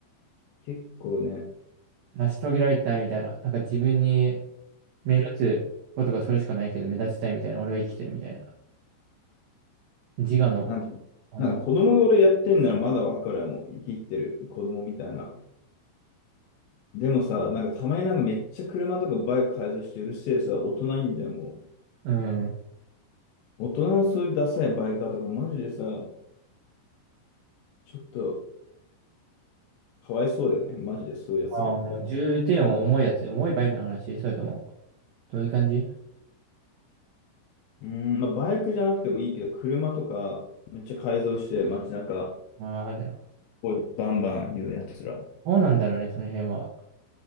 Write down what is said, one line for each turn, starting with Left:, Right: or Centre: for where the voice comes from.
Left: 結構ね、
Right: 成し遂げられてないみたいな。なんか自分に目立つことがそれしかないけど、目立ちたいみたいな。俺は生きてるみたいな。自我の、
Left: なんか、
Right: あの、
Left: なんか子供が俺やってんならまだわかるわ。もう生きってる子供みたいな。でもさ、なんかたまになんかめっちゃ車とかバイク改造してうるせえさ、大人いんじゃん、も
Right: うん。
Left: う。大人のそういうダサいバイカーとかマジでさ、ちょっとかわいそうだよね。マジでそういうやつらの方が。
Right: ああ、もう重点を重いやつ。
Left: う
Right: 重いバイクの話それとも、どういう感じ
Left: ーん、まあバイクじゃなくてもいいけど、車とかめっちゃ改造して街中、
Right: ああー、あれだ
Left: こうバンバン言うやつら。
Right: そうなんだろうね、その辺は。